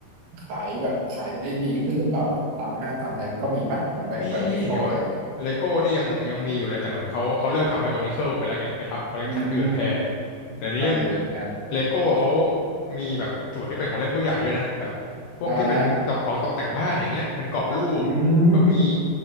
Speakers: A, on the right (about 75°); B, on the left (about 75°).
A: ขายแบบขายได้ดีขึ้นหรือเปล่าแบบตามห้างตามอะไรมันก็มีปะเหมือนไบไบโอนิโคอะไรเงี้ย
B: มีมีโอ้เลโก้นี่ยังยังมีอยู่เลยแต่เหมือนเขาเขาเลิกทำไบโอนิเคิลไปแล้วไงไปทำคอลเลกชันอื่นแทน
A: อืม
B: เดี๋ยวนี้
A: ทำอย่างอื่นแทน
B: เลโก้เขามีแบบส่วนที่เป็นของเล่นผู้ใหญ่ด้วยนะแบบพวกที่เป็นตกของตกแต่งบ้านอย่างเงี้ยเป็นกรอบรูปก็มี
A: อ่าอืม